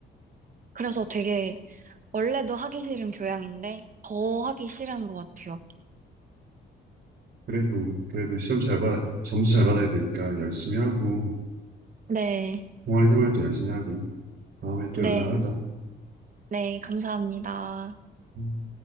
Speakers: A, on the right; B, on the right.
A: 그래서 되게, 원래도 하기 싫은 교양인데, 더 하기 싫은 것 같아요.
B: 그래도, 그래도 시험 잘 받, 점수 잘 받아야 되니까 열심히 하고,
A: 네,
B: 동아리 생활도 열심히 하고, 다음에 또
A: 네,
B: 연락하자.
A: 네, 감사합니다.
B: 음.